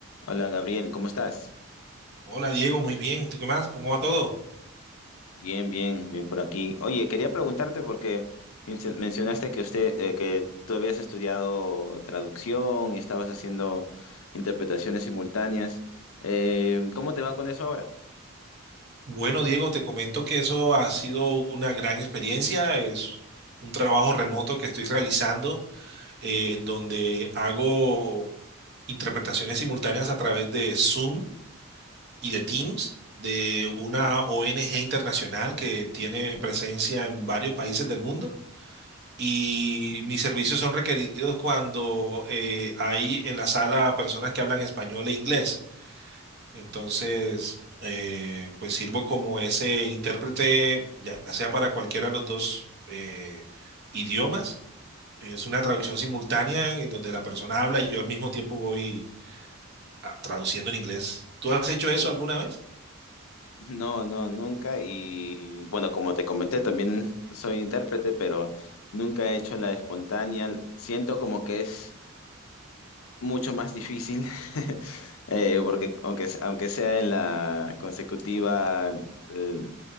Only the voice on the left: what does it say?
Hola Gabriel, ¿cómo estás?
Bien, bien, bien por aquí. Oye, quería preguntarte porque mencio- mencionaste que usted, eh, que tú habías estudiado traducción y estabas haciendo interpretaciones simultáneas. Eh, ¿cómo te va con eso ahora?
Y-
No, no, nunca. Y bueno, como te comenté, también soy intérprete, pero nunca he hecho la espontánea. Siento como que es mucho más difícil, <laughs> eh, porque aunque, aunque sea en la consecutiva, el-